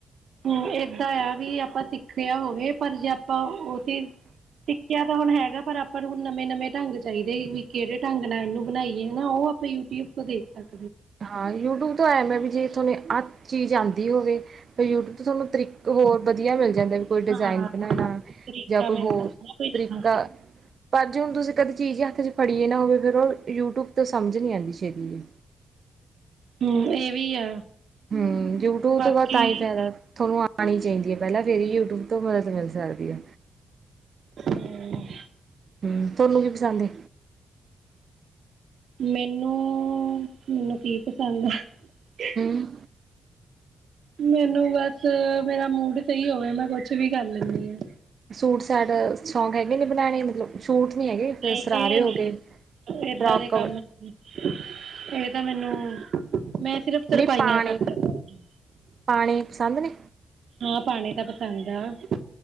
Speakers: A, on the right; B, on the right.
A: ਹੂੰ ਏਦਾਂ ਆ ਵੀ ਆਪਾਂ ਸਿੱਖਿਆ ਹੋਵੇ, ਪਰ ਜੇ ਆਪਾਂ ਉਹੀ ਸਿੱਖਿਆ ਤਾਂ ਹੁਣ ਹੈਗਾ ਪਰ ਆਪਾਂ ਨੂੰ ਹੁਣ ਨਵੇਂ- ਨਵੇਂ ਢੰਗ ਚਾਹੀਦੇ ਵੀ ਕਿਹੜੇ ਢੰਗ ਨਾਲ ਇਹਨੂੰ ਬਣਾਈਏ, ਹਨਾ ਉਹ ਆਪਾਂ ਯੂਟਿਊਬ ਤੋਂ ਦੇਖ ਸਕਦੇ।
B: ਹਾਂ ਯੂਟਿਊਬ ਹੁਣ ਐਂ ਵੀ ਜੇ ਤੁਹਾਨੂੰ ਆਹ ਚੀਜ਼ ਆਂਦੀ ਹੋਵੇ ਯੂਟਿਊਬ ਤੁਹਾਨੂੰ ਤਰੀਕਾ ਹੋਰ ਵਧੀਆ ਮਿਲ ਜਾਂਦਾ ਵੀ ਕੋਈ ਡਿਜ਼ਾਇਨ
A: ਹਾਂ। ਹਾਂ
B: ਬਣਾਣਾ
A: ਤਰੀਕਾ
B: ਜਾਂ ਕੋਈ
A: ਮਿਲਦਾ
B: ਹੋਰ
A: ਨਾ ਕੋਈ ਨਵਾਂ।
B: ਤਰੀਕਾ ਪਰ ਜੇ ਹੁਣ ਤੁਸੀਂ ਕਦੇ ਚੀਜ਼ ਹੱਥ ਚ ਫੜੀਏ ਨਾ ਹੋਵੇ ਫਿਰ ਉਹ ਯੂਟਿਊਬ ਤੋਂ ਸਮਝ ਨਹੀਂ ਆਂਦੀ ਛੇਤੀ।
A: ਹੂੰ, ਇਹ ਵੀ ਆ।
B: ਹੂੰ, ਯੂਟਿਊਬ
A: ਬਾਕੀ
B: ਤੋਂ ਬਾਅਦ ਤਾਂ ਹੀ ਫਾਇਦਾ ਤੁਹਾਨੂੰ ਆਣੀ ਚਾਹੀਦੀ ਹੈ ਪਹਿਲਾਂ ਫੇਰ ਹੀ ਯੂਟਿਊਬ ਤੋਂ ਮਦਦ ਮਿਲ ਸਕਦੀ ਏ।
A: ਹੂੰ।
B: ਹੂੰ, ਤੁਹਾਨੂੰ ਕੀ ਪਸੰਦ ਏ।
A: ਮੈਨੂੰ ਮੈਨੂੰ ਕੀ ਪਸੰਦ ਆ। <unintelligible>
B: ਹਮ
A: ਮੈਨੂੰ ਬਸ ਮੇਰਾ ਮੂਡ ਸਹੀ ਹੋਵੇ, ਮੈਂ ਕੁਛ ਵੀ ਕਰ ਲੈਂਣੀ ਹਾਂ।
B: ਸੂਟ ਸਾਟ ਸ਼ੌਂਕ ਹੈਗੇ ਨੇ ਬਣਾਵੇ ਮਤਲਬ ਸੂਟ ਨੀ ਹੈਗੇ ਫਿਰ
A: ਨਹੀਂ
B: ਸਰਾਰੇ
A: ਇਹ
B: ਹੋ
A: ਨਹੀਂ,
B: ਗਏ
A: ਏਦਾਂ
B: ਫਰਾਕ
A: ਦੇ
B: ਕਵਰ
A: ਕੰਮ ਇਹ ਤਾਂ ਮੈਨੂੰ ਮੈਂ ਸਿਰਫ ਤਰਪਾਈਆਂ
B: ਨਹੀਂ ਪਾਣੇ
A: ਕਰ ਸਕਦੀ
B: ਪਾਣੇ ਪਸੰਦ ਨੇ
A: ਹਾਂ, ਪਾਨੇ ਤਾਂ ਪਸੰਦ <unintelligible>